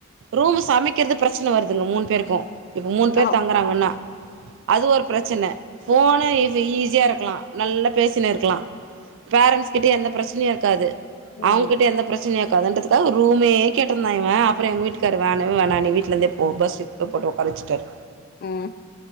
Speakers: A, on the right; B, on the left.
A: ரூம் சமைக்கிறது பிரச்சன வருதுங்க மூணு பேருக்கு இப்ப மூணு பேர்
B: ஆ
A: தங்குறாங்கன்னா அது ஒரு பிரச்சன போனா ஈஸி ஈஸியா இருக்கலா நல்லா பேசிட்னு இருக்கலா பேரண்ட்ஸ்கிட்டயு எந்த பிரச்சனையு இருக்காது
B: ம்
A: அவுங்ககிட்ட எந்த பிரச்சனையு இருக் கதன்டுதுக்காக ரூமேயே கேட்டிருந்தா அப்புறோ எங்க வீட்டுக் க்காரு வேணவே வேணா நீ வீட்டுல இருந்தே போ பஸ் போட்டு உக்காரச்சுட்டரு
B: உம்